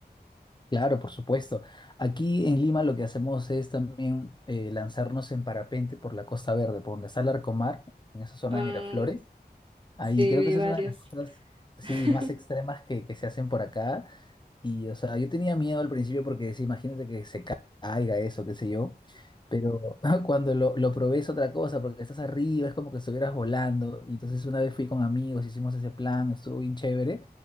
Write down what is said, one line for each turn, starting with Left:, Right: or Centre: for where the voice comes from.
Left: Claro, por supuesto. Aquí en Lima lo que hacemos es también eh, lanzarnos en parapente por la Costa Verde, por donde está Larcomar, en esa zona
Right: Am,
Left: de Miraflores. Ahí
Right: sí,
Left: creo
Right: vi
Left: que esa
Right: varios.
Left: es una de las cosas, sí,
Right: <laughs>
Left: más extremas que, que se hacen por acá. Y, o sea, yo tenía miedo al principio porque, sí, imagínate que se ca- caiga eso, qué sé yo. Pero <laughs> cuando lo, lo probé es otra cosa, porque estás arriba, es como que estuvieras volando. Y entonces una vez fui con amigos, hicimos ese plan, estuvo bien chévere.